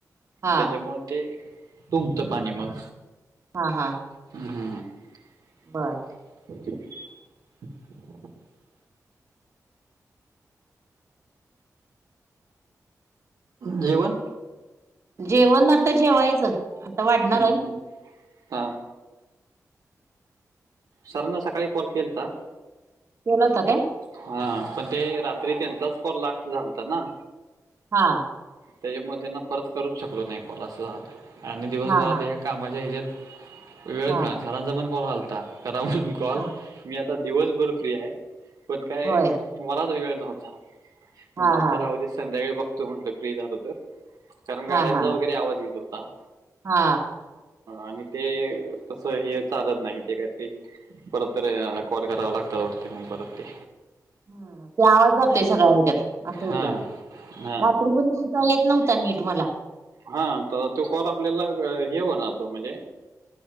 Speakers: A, on the right; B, on the right.
A: हा
B: त्याच्यामुळे. ते तुंब ते पाणी मग.
A: हा हा.
B: <inaudible>
A: बर.
B: <unintelligible> जेवण.
A: जेवण आता जेवायचं. आता वाढणार
B: हम्
A: आहे
B: हम् ह सरांना सकाळी कॉल केलता.
A: <inaudible> आलता काय.
B: हा पण ते रात्री त्यांचाच कॉल लास्ट झालता ना.
A: <unintelligible>
B: त्याच्यामुळे त्यांना परत करूच शकलो नाही कॉल असं झालंय आणि दिवसभरात
A: हा हा
B: ह्या. कामाच्या ह्याच्यात वेळच
A: हा
B: मिळाल सरांचा पण कॉल आलता. करा मी कॉल.
A: हा
B: आता दिवसभर फ्रि हाय पण काय
A: होय
B: मलाच वेळ नव्हता. म्हटलं
A: हा
B: आता
A: हा
B: राहु दे संध्याकाळी बघतो म्हटलं फ्री झालो तर. कारण गाड्यांचा
A: हा हा
B: वगैरे आवाज येत होता
A: हा
B: आणि ते. तस हे चालत नाही ते काहीतरी परत तर कॉल करावा लागतात वाटते ह परत ते.
A: ह ते आवाज जातोय सगळ हच्यात असं होतो
B: हां, हां.
A: रात्री पण. <inaudible> येत नव्हता नीट मला.
B: हा तर तो कॉल आपल्याला हे होणार तो म्हणजे.